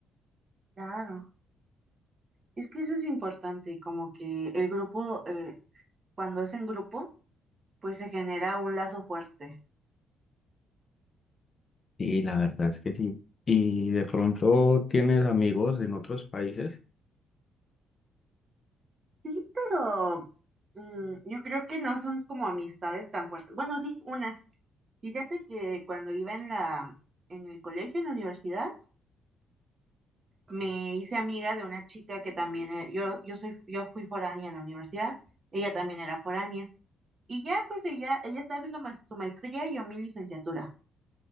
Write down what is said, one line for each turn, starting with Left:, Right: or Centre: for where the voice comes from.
Right: Claro, es que eso es importante, como que el grupo, eh, cuando es en grupo, pues se genera un lazo fuerte.
Left: Y la verdad es que sí. Y de pronto tienes amigos en otros países.
Right: Sí, pero mm, yo creo que no son como amistades tan fuertes. Bueno, sí, una, Fíjate que cuando iba en la, en el colegio, en la universidad, me hice amiga de una chica que también, eh, yo, yo soy, yo fui foránea en la universidad, ella también era foránea. Y ya, pues ella, ella está haciendo maes- su maestría y yo mi licenciatura.